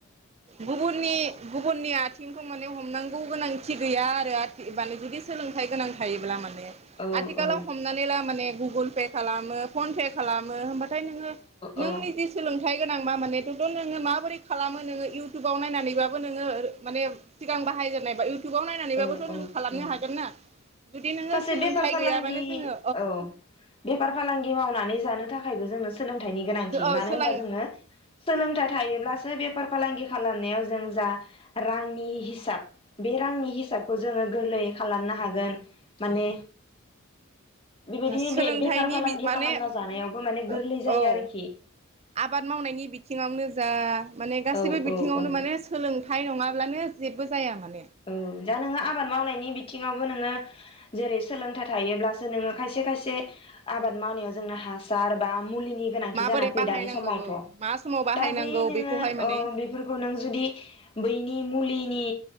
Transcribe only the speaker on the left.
औ
औ
औ
औ औ
औ
सासे
बेफार फालांगि
औ बेफार फालांगि मावनानै जानो थाख खायबो जोंनो सोलोंथाइनि गोनांथि
मानो
होमबा जोङो सोलोंथाय थायोब्लासो बेफार फालांगि खालामनायाव जों जा रांनि हिसाब बे रांनि हिसाब खौ जोङो गोरलैयै खालामनो हागोन माने बेबायदि
बे बेफार फालांगि
खालामना
जानायावबो माने गोरलै जायो
आरोखि
औ
औ औ
औ दा नोङो आबाद मावनायनि बिथिङावबो नोङो जेरै सोलोंथाइ थायोब्लास सो नोङो खायसे खायसे आबाद मावनायाव जोंना हासार बा मुलिनि गोनांथि
जानानै फैयो
दानि समावथ'
दा बै नोङो
अ बेफोरखौ नों जुदि बैनि मुलिनि